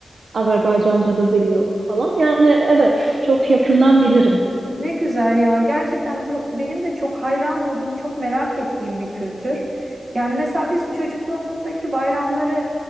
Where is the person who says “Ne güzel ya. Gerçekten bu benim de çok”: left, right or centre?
Right